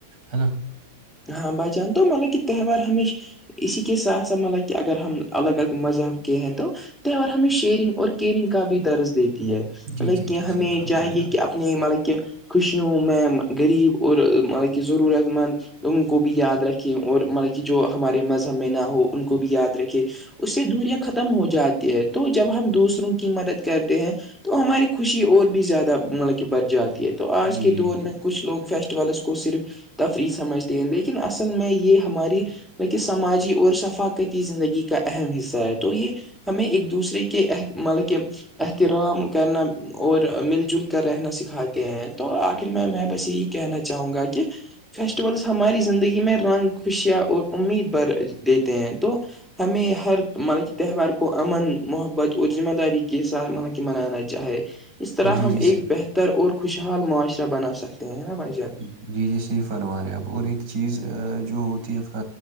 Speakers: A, on the right; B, in the centre.
A: ہے نا
B: ہاں ب جان تو مطلب کہ تہوار ہمیشہ اسی کے ساتھ ساتھ مطلب کہ اگر ہم الگ ال مذہب کے ہیں تو تہوار ہمیں شیئرنگ اور کیئرنگ کا بھی درز دیتی ہے
A: جی
B: لائک
A: جی
B: کہ
A: جی
B: ہمیں
A: صحیح فرما
B: چاہیے
A: رہے ہیں
B: کہ ا اپتنی مطلب کہ خوشیوں میں غریب اور مطلب کہ ضرورت مند ان کو بھی یاد رکھیں اور مطلب کہ جو ہمارے مذہب میں نہ ہو ان کو بھی یاد رکھے اس سے دوریاں ختم ہو جاتی ہے تو جب ہم دوسروں کی مدد کرتے ہیں تو ہماری خوشی اور بھی زیادہ مطلب کہ بچ جاتی ہے تو
A: آپ
B: آج
A: جی
B: کے
A: جی
B: دور میں کچھ لوگ فیسٹ کو صرف تفریح سمجھتے ہیں لیکن اصل میں یہ ہماری بکہ سماجی اور ثقاقتی زندگی کا اہم حصہ ہے تو یہ ہمیں ایک دوسرے کہ مطلب کہ احترام کرنا اور مل جل کر رہنا سکھاتے ہیں تو آخر میں میں بس یہی کہنا چاہوں گا کہ فیسٹیولس ہماری زندگی میں رنگ خوشیاں اور امید بھر دیتے ہیں تو ہمیں ہر مطلب کی تہوار کو امن محبت اور ذمہ داری کے ساتھ مطلب کہ منانا جاہے اس طرح
A: جی
B: ہم
A: جی
B: ایک
A: صحیح
B: بہتر اور خوشحال معاشرہ بنا سکتے ہیں نا بھائی جان
A: جی جی صحیح فرما رہے ہیں آپ اور ایک چیز جو ہوتی ہے